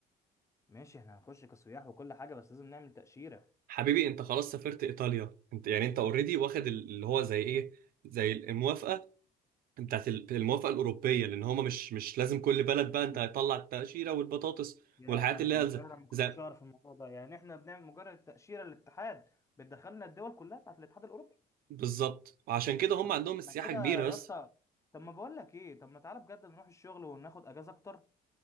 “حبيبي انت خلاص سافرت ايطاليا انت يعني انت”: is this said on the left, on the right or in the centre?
Right